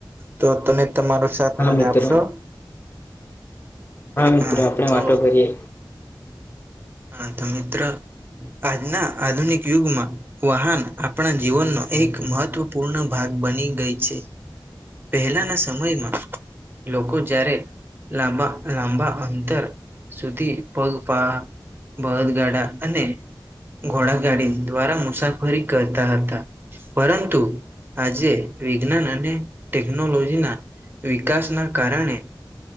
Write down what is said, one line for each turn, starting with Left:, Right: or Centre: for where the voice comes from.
Right: તો તમે તમારો સાથ
Left: હા
Right: મને
Left: મિત્ર
Right: આપશો.
Left: મિત્ર
Right: હા
Left: આપણે
Right: તો
Left: વાતો કરીએ
Right: હા તો મિત્ર આજના આધુનિક યુગમાં વાહન આપણા જીવનનો એક મહત્વપૂર્ણ ભાગ બની ગઈ છે. પહેલાના સમયમાં લોકો જ્યારે લાંબા લાંબા અંતર સુધી પગપાળા બદગાડા અને ઘોડાગાડી દ્વારા મુસાફરી કરતા હતા. પરંતુ આજે વિજ્ઞાન અને ટેકનોલોજીના વિકાસના કારણે